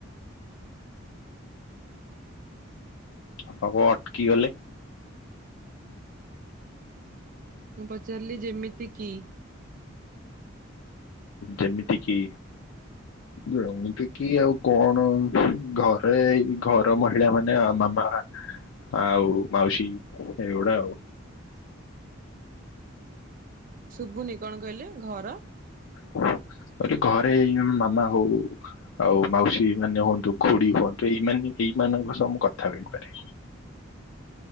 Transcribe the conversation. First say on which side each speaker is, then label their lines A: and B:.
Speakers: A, on the left; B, on the right.
A: ଆଉ ଅଟକିଗଲେ?
B: ମୁଁ ପଚାରିଲି ଯେମିତି କି
A: ଯେମିତି କିି ଯେମିତି କିି ଆଉ କଣ ଘରେ ଏ ଘର ମହିଳା ମାନେ ଆ ମା ମା ଆଉ ମାଉସୀ ଏଗୁଡା ଆଉ।
B: ଶୁବୁନି କଣ କହିଲେ ଘର
A: କହିଲି ଘରେ ଏଇ ମାମା ହଉ ଆଉ ମାଉସୀ ମାନେ ହୁଅନ୍ତୁ ଖୁଡ଼ି ହୁଅନ୍ତୁ ଏଇ ଏଇମାନଙ୍କ ସହ ମୁଁ କଥା ହେଇପାରେ।